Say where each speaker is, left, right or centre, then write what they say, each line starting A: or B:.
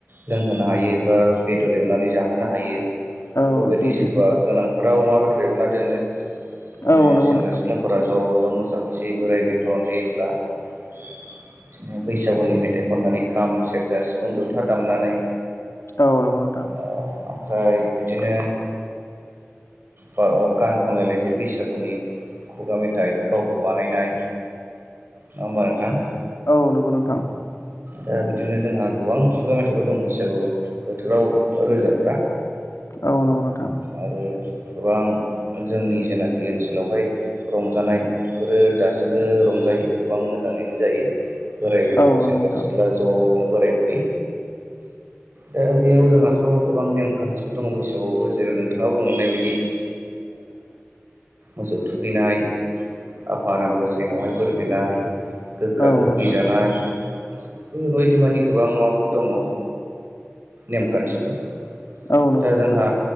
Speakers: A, on the right (about 50°); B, on the left (about 75°).
A: लोंहोनो हायो एबा बेदर एवनानै जाहोनो हायो बेफोरबायदि
B: औ जौ
A: सोरबा
B: बिदैफोर
A: गोनां फोरा अमा बेदर एवना दोनो बिदिनो
B: औ नंगौ
A: सेंग्रा
B: नोंथां
A: सिख्लाफोरा ज'-ज' मोसाफैसै बोराय बेन टवन्टिन ला बिदिनो बैसागुनि मेथाइ खननानै खाम सेरजा सिफुं जथा दामनानै
B: थां
A: औ ओमफ्राय बिदिनो ब गान खनलायलायस बैसागुनि खुगा मेथाइ गावखौ बानायनाय नङा होमबा नोंथां
B: औ नंगौ नोंथां
A: दा बिदिनो जोंहा गोबां खुगा मेथाइफोर दं बैसागु बोथोराव रोजाबग्रा
B: औ नंगौ नोंथां
A: आरो गोबां जोंनि जेनाखि ओनसोलावहाय रंजानायफोरो दासिमबो रंजायो गोबां मोजाङैनो जायो बोर गथ'आ
B: औ
A: सेंग्रा
B: नंगौ नोंथां
A: सिख्ला ज'नो बोराय बुरि दा बेयाव जोंहाथ' गोबां नेमखान्थिफोर दङ बैसागआवबो जेरै नोंथाङा बुंलांनाय बायदि मोसौ थुखैनाय आफा आनान गसायनायावहाय बोर बिनाय गोखा
B: औ
A: गोखै
B: नंगौ नोंथां
A: जानाय बेफोरबायदि मानि गोबां माबाफोर दङ नेमखान्थिफोर
B: औ नंगौ
A: दा
B: नोंथां
A: जोंहा